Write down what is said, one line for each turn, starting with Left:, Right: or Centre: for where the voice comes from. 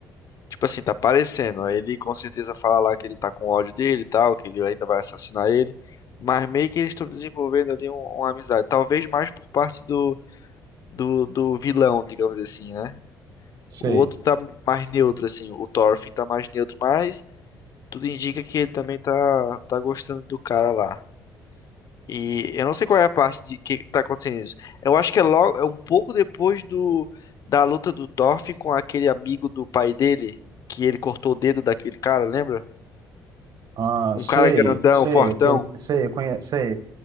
Left: Tipo assim, tá aparecendo. Aí ele com certeza fala lá que ele tá com ódio dele e tal, que ele ainda vai assassinar ele. Mas meio que eles estão desenvolvendo ali um- uma amizade. Talvez mais por parte do, do, do vilão, digamos assim, né?
Right: Sei.
Left: O outro tá mais neutro, assim. O Thorfinn tá mais neutro, mas tudo indica que ele também tá, tá gostando do cara lá. E eu não sei qual é a parte de que tá acontecendo isso. Eu acho que é logo, é um pouco depois do, da luta do Thorfinn com aquele amigo do pai dele, que ele cortou o dedo daquele cara, lembra?
Right: Ah,
Left: Um
Right: sei,
Left: cara grandão,
Right: sei,
Left: fortão.
Right: aquele, sei, conhe, sei.